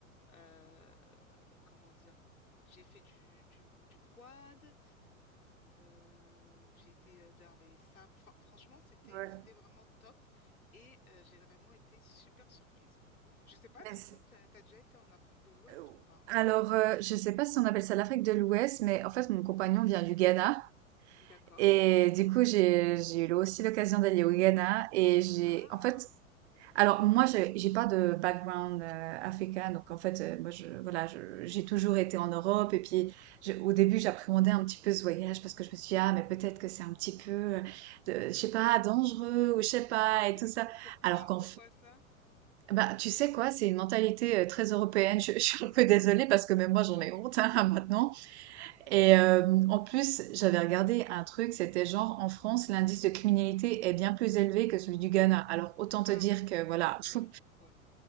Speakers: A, on the left; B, on the right.
A: euh, comment dire, j'ai fait du, du, du quad, euh, euh, j'ai été euh, vers les sables, enfin franchement c'était,
B: Ouais.
A: c'était vraiment top et euh, j'ai vraiment été super surprise. Je sais pas
B: Mais
A: si
B: c'est-
A: toi, tu as déjà été en Afrique de l'Ouest
B: euh,
A: ou pas.
B: Alors, euh, je sais pas si on appelle ça l'Afrique de l'Ouest, mais en fait, mon compagnon vient du Ghana.
A: D'accord.
B: Et du coup, j'ai, j'ai eu aussi l'occasion d'aller au Ghana. Et j'ai,
A: Ah,
B: en fait, alors moi, j'ai j'ai pas de background euh, africain. Donc, en fait, euh, moi, je, voilà, je- j'ai toujours été en Europe. Et puis, je- au début, j'appréhendais un petit peu ce voyage parce que je me suis dit, ah, mais peut-être que c'est un petit peu, euh, de- je sais pas, dangereux ou je sais pas,
A: ah oui?
B: et tout ça.
A: Pourquoi,
B: Alors qu'en
A: pourquoi ça?
B: Bah, tu sais quoi, c'est une mentalité euh, très européenne. Je, <laughs> je suis un
A: D'accord.
B: peu désolée parce que même moi j'en
A: Oui.
B: ai honte hein, <laughs> maintenant. Et euh, en plus, j'avais regardé un truc, c'était genre en France, l'indice de criminalité est bien plus élevé que celui du Ghana. Alors autant te
A: Ah,
B: dire que voilà.
A: oui.
B: <laughs>
A: Bon.